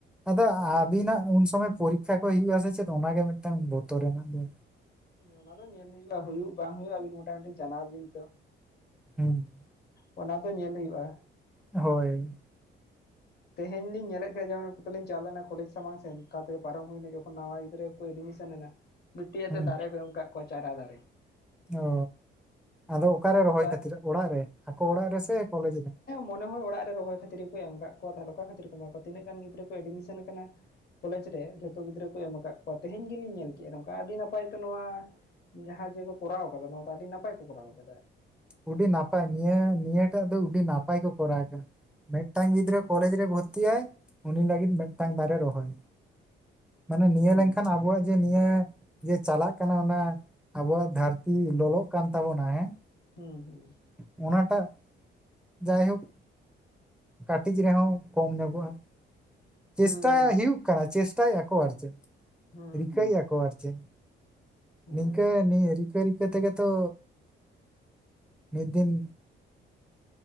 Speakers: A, in the centre; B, on the left.
A: ᱟᱫᱚ ᱟᱵᱤᱱᱟᱜ ᱩᱱ ᱥᱚᱢᱚᱭ ᱯᱚᱨᱤᱠᱷᱟ ᱠᱚ ᱦᱩᱭᱩᱜ ᱟ ᱥᱮ ᱪᱮᱫ ᱚᱱᱟᱜ ᱜᱮ ᱢᱤᱫᱴᱟᱝ ᱵᱚᱛᱚᱨ ᱨᱮᱱᱟᱜ ᱫᱚ
B: ᱚᱱᱟ ᱫᱚ ᱧᱮᱞ ᱦᱩᱭᱩᱜᱼᱟ ᱦᱩᱭᱩᱜ ᱵᱟᱝ ᱦᱩᱭᱩᱜᱼᱟ ᱟᱹᱵᱤᱱ ᱢᱚᱴᱟᱢᱩᱴᱤ ᱡᱟᱱᱟᱣ ᱵᱤᱱ ᱛᱚ
A: ᱦᱩᱸ
B: ᱚᱱᱟ ᱫᱚ ᱧᱮᱞ ᱦᱩᱭᱩᱜᱼᱟ
A: ᱦᱳᱭ
B: ᱛᱮᱦᱮᱧ ᱞᱤᱧ ᱧᱮᱞᱮᱫ ᱛᱟᱦᱮᱸᱫ ᱡᱮ ᱚᱱᱟ ᱠᱷᱟᱛᱤᱨ ᱞᱤᱧ ᱪᱟᱞᱟᱣ ᱞᱮᱱᱟ ᱠᱚᱞᱮᱡ ᱥᱟᱢᱟᱝ ᱥᱮᱫ ᱠᱟᱛᱮ ᱯᱟᱨᱚᱢ ᱦᱩᱭᱱᱟ ᱡᱚᱠᱷᱚᱱ ᱱᱟᱣᱟ ᱜᱤᱫᱽᱨᱟᱹ ᱮᱰᱢᱤᱥᱚᱱ ᱮᱱᱟ ᱵᱤᱴᱤ ᱟᱛᱮ
A: ᱦᱩᱸ
B: ᱫᱟᱨᱮ ᱠᱚ ᱮᱢ ᱠᱟᱜ ᱠᱚᱣᱟ ᱪᱟᱨᱟ ᱫᱟᱨᱮ
A: ᱚ ᱟᱫᱚ ᱚᱠᱟᱨᱮ ᱨᱚᱦᱚᱭ
B: ᱫᱟᱜ
A: ᱠᱷᱟᱛᱤᱨ ᱚᱲᱟᱜ ᱨᱮ ᱟᱠᱚ ᱚᱲᱟᱜ ᱨᱮᱥᱮ ᱠᱚᱞᱮᱡᱽ ᱨᱮ?
B: ᱢᱚᱱᱮ ᱦᱚᱭ ᱚᱲᱟᱜ ᱨᱮ ᱨᱚᱦᱚᱭ ᱠᱷᱟᱹᱛᱤᱨ ᱜᱮ ᱠᱚ ᱮᱢ ᱠᱟᱜ ᱠᱚᱣᱟ ᱛᱟᱦᱚᱞᱮ ᱚᱠᱟ ᱠᱷᱟᱹᱛᱤᱨ ᱠᱚ ᱮᱢᱟ ᱠᱚᱣᱟ ᱛᱤᱱᱟᱹᱜ ᱜᱟᱱ ᱜᱤᱫᱽᱨᱟᱹ ᱠᱚ ᱮᱰᱢᱤᱥᱚᱱ ᱟᱠᱟᱱᱟᱹ ᱠᱚᱞᱮᱡᱽ ᱨᱮ ᱡᱷᱚᱛᱚ ᱜᱤᱫᱽᱨᱟᱹ ᱠᱚ ᱮᱢ ᱠᱟᱜ ᱠᱚᱣᱟ ᱛᱮᱦᱮᱧ ᱜᱮᱞᱤᱧ ᱧᱮᱞ ᱠᱮᱫᱼᱟ ᱝᱠᱟ ᱟᱹᱰᱤ ᱱᱟᱯᱟᱭ ᱛᱚ ᱱᱚᱣᱟ ᱡᱟᱦᱟᱸ ᱡᱮ ᱠᱚ ᱠᱚᱨᱟᱣ ᱠᱟᱫᱟ ᱱᱚᱣᱟ ᱫᱚ ᱟᱹᱰᱤ ᱱᱟᱯᱟᱭ ᱠᱚ ᱠᱚᱨᱟᱣ ᱠᱟᱫᱟ
A: ᱩᱰᱤ ᱱᱟᱯᱟᱭ ᱱᱤᱭᱟᱹ ᱱᱤᱭᱟᱹᱴᱟᱜ ᱫᱚ ᱩᱰᱤ ᱱᱟᱯᱟᱭ ᱠᱚ ᱠᱚᱨᱟᱣᱫᱟ ᱢᱤᱫᱴᱟᱝ ᱜᱤᱫᱽᱨᱟᱹ ᱠᱚᱞᱮᱡᱽ ᱨᱮ ᱵᱷᱚᱨᱛᱤᱟᱭ ᱩᱱᱤ ᱞᱟᱹᱜᱤᱫ ᱢᱤᱫᱴᱟᱝ ᱫᱟᱨᱮ ᱨᱚᱦᱚᱭ ᱢᱟᱱᱮ ᱱᱤᱭᱟᱹ
B: ᱦᱩᱸ
A: ᱞᱮᱱᱠᱷᱟᱱ ᱟᱵᱚᱣᱟᱜ ᱡᱮ ᱱᱤᱭᱟᱹ ᱡᱮ ᱪᱟᱞᱟᱜ ᱠᱟᱱᱟ ᱚᱱᱟ ᱟᱵᱚᱣᱟᱜ ᱫᱷᱟᱹᱨ ᱛᱤ ᱞᱚᱞᱚᱜ ᱠᱟᱱ ᱛᱟᱵᱚᱱᱟ ᱦᱮᱸ?
B: ᱦᱩᱸ ᱦᱩᱸ
A: ᱚᱱᱟᱴᱟᱜ ᱡᱟᱭ ᱦᱳᱠ ᱠᱟᱹᱴᱤᱡ ᱨᱮᱦᱚᱸ ᱠᱚᱢ ᱧᱚᱜᱚᱜᱼᱟ ᱪᱮᱥᱴᱟᱭ
B: ᱦᱩᱸ
A: ᱦᱩᱭᱩᱜ ᱠᱟᱱᱟ ᱪᱮᱥᱴᱟᱭᱮ ᱟᱠᱚ ᱟᱨ ᱪᱮᱫ
B: ᱦᱩᱸ
A: ᱨᱤᱠᱟᱹᱭᱮᱜ
B: ᱦᱩᱸ
A: ᱟᱠᱚ ᱟᱨ ᱪᱮᱫ
B: ᱦᱩᱸ
A: ᱱᱤᱝᱠᱟᱹ ᱱᱤ ᱨᱤᱠᱟᱹ ᱨᱤᱠᱟᱹ ᱛᱮᱜᱮ ᱛᱚ ᱢᱤᱫ ᱫᱤᱱ